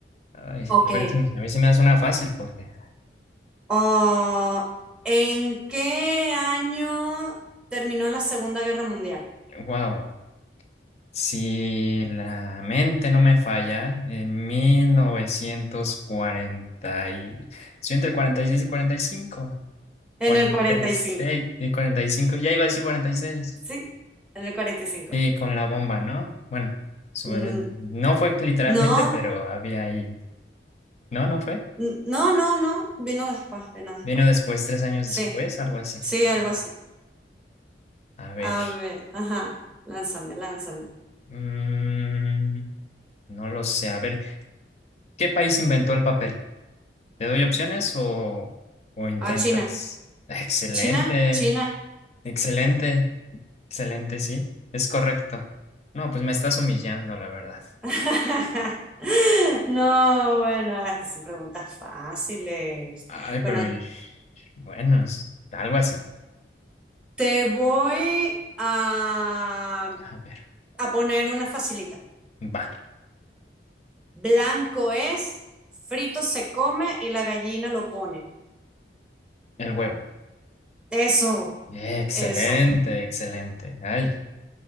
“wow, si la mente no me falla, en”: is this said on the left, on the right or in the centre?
Left